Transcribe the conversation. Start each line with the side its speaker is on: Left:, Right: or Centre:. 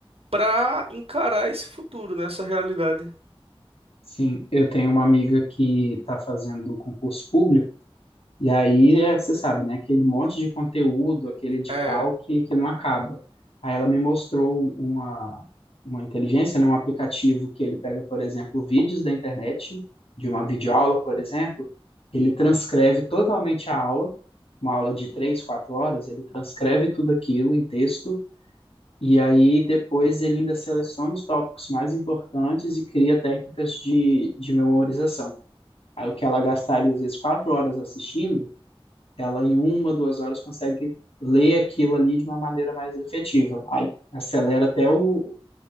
Right: para encarar esse futuro, né? Essa realidade.
Left: Sim, eu tenho uma amiga que está fazendo concurso público E aí, é, você sabe, né? Aquele monte de conteúdo, aquele edital
Right: É.
Left: que, que não acaba. Aí ela me mostrou uma, uma inteligência, né, um aplicativo que ele pega, por exemplo, vídeos da internet, de uma videoaula, por exemplo, ele transcreve totalmente a aula, uma aula de três, quatro horas, ele transcreve tudo aquilo em texto, e aí depois ele ainda seleciona os tópicos mais importantes e cria técnicas de, de memorização. Aí o que ela gastaria, às vezes, quatro horas assistindo, ela, em uma, duas horas, consegue ler aquilo ali de uma maneira mais efetiva. Aí acelera até o,